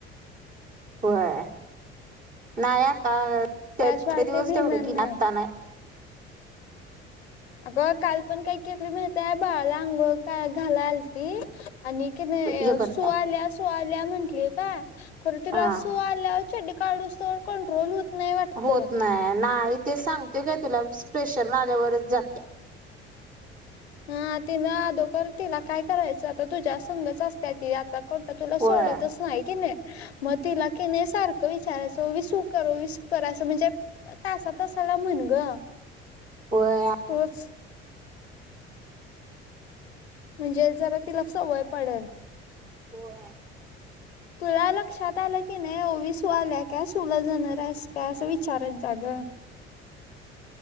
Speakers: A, on the right (about 25°); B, on the left (about 75°).
A: होय नाही आता त
B: त्याशिवाय
A: थोडे दिवस
B: ते भिणार
A: तेवढं की
B: नाही
A: आता नाय.
B: अगं काल पण काही केली माहिती आहे बाळाला अंघोळ काय घालायला आलती आणि कि नाय
A: हे करता
B: सु आल्या सु आल्या म्हंटली का खरं तिला
A: हा
B: सु आ तिला चड्डी काढूस तर कंट्रोल होत नाही वाटतं.
A: होत नाही नाही ते सांगते काय तुला प्रेशर नाल्यावरच जात्या.
B: हा तिनी आदोकर तिला काय करायचं आता तुझ्या संघच असत्या ती आता कोणता तुला
A: होय
B: सोडतच हाय की नाही. म तिला क नाही सारखं विचारायचं ओवी सु कर ओवी सु कर असं म्हणजे तासा तासाला म्हण गं.
A: ओया
B: तूच म्हणजे जरा तिला सवय पडेल.
A: होय.
B: तुला लक्षात आलं की नाही ओवीसू आल्या काय सुला जाणार आहेस काय असं विचारत जागं.